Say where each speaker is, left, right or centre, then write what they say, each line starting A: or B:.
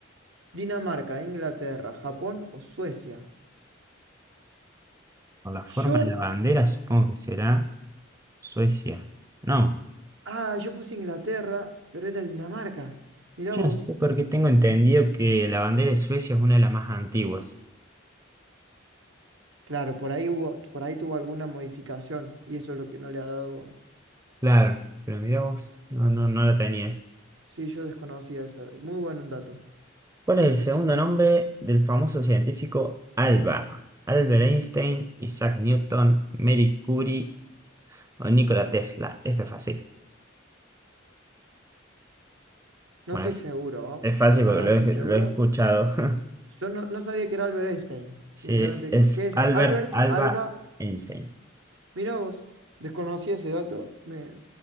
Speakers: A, on the right; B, on the right.
A: ¿Dinamarca, Inglaterra, Japón o Suecia?
B: Por la forma
A: Yo
B: de la bandera, supongo que será Suecia. No,
A: Ah, yo puse Inglaterra, pero era Dinamarca. Mirá
B: yo
A: vos.
B: no sé por qué tengo entendido que la bandera de Suecia es una de las más antiguas.
A: Claro, por ahí hubo, por ahí tuvo alguna modificación y eso es lo que no le ha dado.
B: Claro, pero mirá vos, no, no, no la tenías.
A: Sí, yo desconocía eso. Muy buen dato.
B: ¿Cuál es el segundo nombre del famoso científico Alba? Albert Einstein, Isaac Newton, Marie Curie o Nikola Tesla. Esto es fácil.
A: No
B: Bueno,
A: estoy
B: es,
A: seguro, ¿oh?
B: es fácil
A: Para nada
B: porque lo
A: estoy
B: he,
A: seguro.
B: lo he escuchado. <laughs>
A: Yo no, no sabía que era Albert Einstein,
B: Sí,
A: sinceramente.
B: es
A: ¿Qué es
B: Albert
A: Albert
B: Alba
A: Alba?
B: Einstein.
A: Mirá vos, desconocía ese dato. Me,